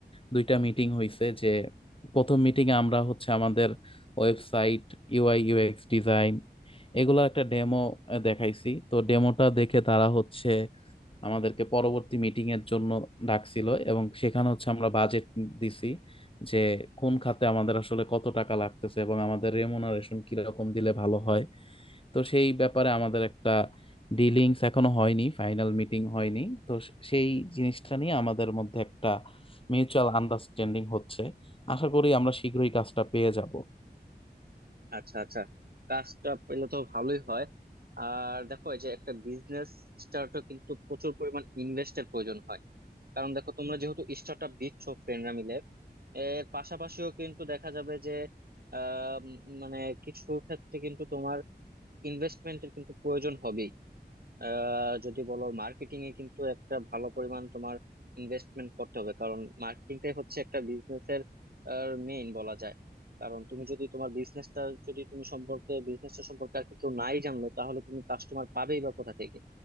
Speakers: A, on the left; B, on the right.
A: দুইটা মিটিং হয়েছে যে প্রথম মিটিং এ আমরা হচ্ছে আমাদের ওয়েবসাইট ইউআই ইউএক্স ডিজাইন এগুলো একটা ডেমো দেখাইছি তো ডেমোটা দেখে তারা হচ্ছে আমাদেরকে পরবর্তী মিটিং এর জন্য ডাকছিল এবং সেখানে হচ্ছে আমরা বাজেট দিছি যে কোন খাতে আমাদের আসলে কত টাকা লাগতেছে এবং আমাদের রেমুনারেশন কিরকম দিলে ভালো হয় তো সেই ব্যাপারে আমাদের একটা ডিলিংস এখনো হয়নি ফাইনাল মিটিং হয়নি তো সে- সেই জিনিসটা নিয়ে আমাদের মধ্যে একটা মিউচুয়াল আন্ডারস্ট্যান্ডিং হচ্ছে আশা করি আমরা শীঘ্রই কাজটা পেয়ে যাব
B: আচ্ছা আচ্ছা কাজটা পেলে তো ভালোই হয় আর দেখো এই যে একটা বিজনেস স্টার্টও কিন্তু প্রচুর পরিমাণ ইনভেস্টের প্রয়োজন হয় কারণ দেখো তোমরা যেহেতু স্টার্ট আপ দিচ্ছ ফ্রেন্ডরা মিলে এর পাশাপাশিও কিন্তু দেখা যাবে যে আহ উম, মানে কিছু ক্ষেত্রে কিন্তু তোমার ইনভেস্টমেন্টের কিন্তু প্রয়োজন হবে আহ, যদি বলো মার্কেটিং এ কিন্তু একটা ভালো পরিমাণ তোমার ইনভেস্টমেন্ট করতে হবে কারণ মার্কেটিংটাই হচ্ছে একটা বিজনেসের মেইন বলা যায় কারণ তুমি যদি তোমার বিজনেসটা যদি তুমি সম্পর্কে বিজনেসটা সম্পর্কে আর কি কেউ নাই জানলো তাহলে তুমি কাস্টমার পাবেই বা কোথা থেকে